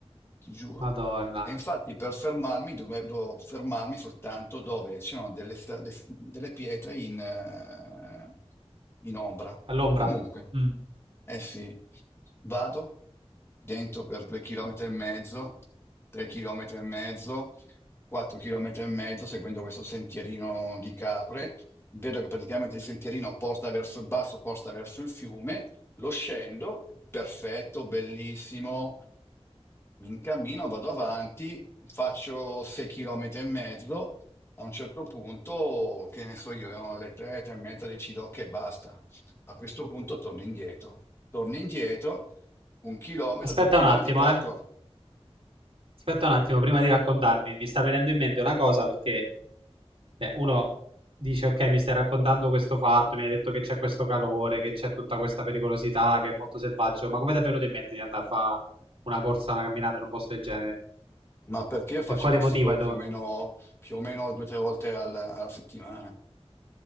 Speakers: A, on the left (about 25°); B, on the right (about 60°).
A: ti giuro.
B: Madonna,
A: E infatti per fermarmi dove- dovevo fermarmi soltanto dove c'erano delle, sta- de- delle pietre in, eh, in ombra.
B: all'ombra?
A: Comunque,
B: Mm.
A: eh sì, vado dentro per due chilometri e mezzo, tre chilometri e mezzo, quattro chilometri e mezzo, seguendo questo sentierino di capre. Vedo che praticamente il sentierino porta verso il basso, porta verso il fiume, lo scendo, perfetto, bellissimo. Mi incammino, vado avanti, faccio 6 km e mezzo. A un certo punto, che ne so io, erano le 3, 3 e mezza, decido che basta. A questo punto torno indietro. Torno indietro, un chilometro,
B: Aspetta
A: due chilometri,
B: un attimo,
A: peraltro,
B: eh. Aspetta un attimo, prima di raccontarmi, mi sta venendo in mente una cosa perché eh, uno dice, ok, mi stai raccontando questo fatto, mi hai detto che c'è questo calore, che c'è tutta questa pericolosità, che è molto selvaggio, ma come ti è venuto in mente di andare a fare una corsa, una camminata in un posto del genere?
A: ma perché io faccio
B: Per quale
A: queste
B: motivo?
A: cose
B: hai
A: più
B: dov-
A: o meno, più o meno due o tre volte al- alla settimana?